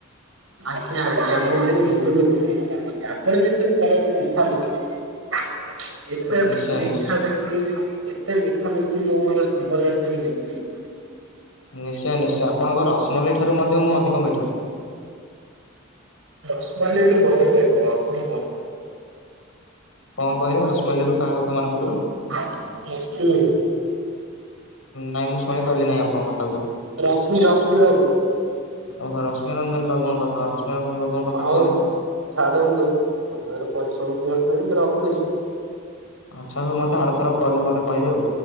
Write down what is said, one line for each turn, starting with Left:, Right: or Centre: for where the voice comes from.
Right: ଆଜ୍ଞା ଆଜ୍ଞା ମୁଁ ଭାରି ଭଲ ଲୋକ ଟିଏ ଜାଣିଛି ଆପଣ କିନ୍ତୁ ପରମ ଉଠା ଲୋକ <unintelligible> ଏତେ
Left: ନିଶ୍ଚୟ
Right: ମିଠା
Left: ନିଶ୍ଚୟ
Right: ବ୍ୟକ୍ତି ଏତେ ମିଠା ବ୍ୟକ୍ତି ମୁଁ ମୋର ଜୀବନରେ କେବେ ଦେଖିନି
Left: ନିଶ୍ଚୟ ନିଶ୍ଚୟ ଆପଣଙ୍କର ରସମଲେ ଇ ଠାରୁ ମଧ୍ୟ ମୁଁ ଅଧିକ ମିଠା।
Right: ରଶମଲେଇ ରୁ ମନେ ପଇଲା ରଶ୍ମି ମୁ।
Left: କଣ କହିଲେ ରଶମଲେଇ ରୁ କାହା କଥା ମନେ ପଡ଼ିଲା?
Right: <unintelligible>
Left: ନାଇଁ ମୁଁ ଶୁଣି ପାରିଲି ନାହିଁ ଆପଣଙ୍କ କଥାକୁ?
Right: ରଶ୍ମି ରଶ୍ମି ବାବୁ।
Left: ଓହୋ ରଶ୍ମିରଞ୍ଜନ୍ ବାବୁଙ୍କ କଥା ରଶ୍ମିରଞ୍ଜନ୍ ବାବୁଙ୍କ କଥା
Right: ହଉ
Left: କଣ ହେଲା?
Right: ଛାଡନ୍ତୁ ସମୟର ପରିଶମତି ଘଟିଲାଣି ମୁଁ ରଖୁଛି?
Left: ଆଚ୍ଛା ହଉ ମତେ ଆରଥର କଲ୍ ମୋତେ କିହିବେ ଆଉ?